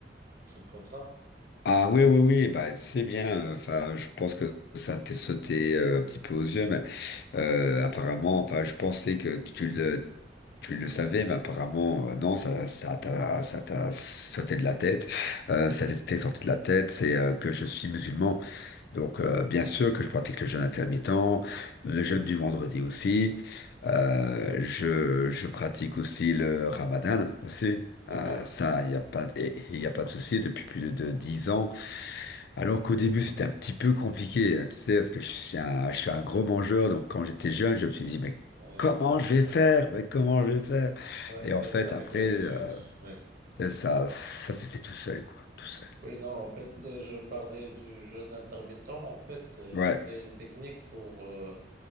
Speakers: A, on the right; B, on the left.
A: truc comme ça.
B: Ah oui, oui, oui, bah, c'est bien. euh, Enfin, je pense que ça t'est sauté euh, un petit peu aux yeux, mais euh, apparemment, enfin, je pensais que tu le, tu le savais, mais apparemment, euh, non, ça, ça t'a, ça t'a sauté de la tête. Euh, ça t'est sorti de la tête, c'est euh, que je suis musulman. Donc, euh, bien sûr que je pratique le jeûne intermittent, le jeûne du vendredi aussi. Euh, je, je pratique aussi le ramadan aussi.
A: C'est
B: Euh,
A: bien.
B: ça, il n'y a pas, il y a pas de souci depuis plus de, dix ans. Alors qu'au début, c'était un petit peu compliqué, hein, tu sais, parce que je suis un, je suis un gros mangeur, donc quand j'étais jeune, je me suis dit, mais
A: Euh,
B: comment je vais faire? Mais comment je vais faire?
A: ouais,
B: Et
A: ça,
B: en fait,
A: avec
B: après,
A: l'habitude.
B: euh,
A: ouais.
B: c'est ça, ça s'est fait tout seul, quoi, tout seul.
A: Oui, non, en fait, euh, je parlais du jeûne intermittent. En fait, euh,
B: Ouais,
A: c'est une technique pour euh,